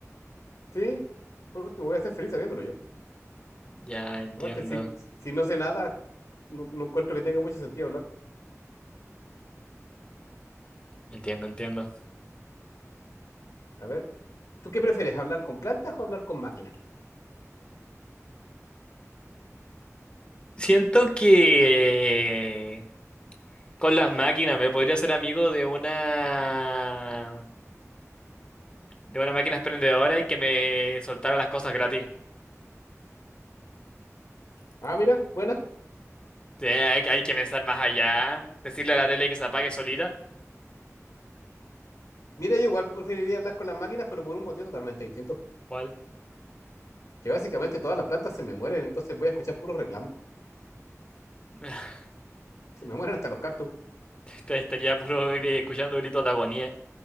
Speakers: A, on the left; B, on the left.
A: Sí, por último, voy a ser feliz sabiéndolo yo.
B: Ya entiendo,
A: Aparte, si, si no sé nada, no, no encuentro que tenga mucho sentido hablar.
B: entiendo, entiendo.
A: A ver, ¿tú qué prefieres, hablar con plantas o hablar con máquinas?
B: Siento que eh, con las máquinas me podría ser amigo de una de una máquina expendedora y que me soltara las cosas gratis.
A: Ah, mira, buena.
B: Te- Hay, hay que pensar más allá. Decirle a la tele que se apague solita.
A: Mira, yo igual preferiría hablar con las máquinas, pero por un motivo totalmente distinto.
B: ¿Cuál?
A: Que básicamente todas las plantas se me mueren, entonces voy a escuchar puros reclamos.
B: <laughs>
A: Se me mueren hasta los cactus,
B: Te Estaría puro gri- escuchando gritos de agonía.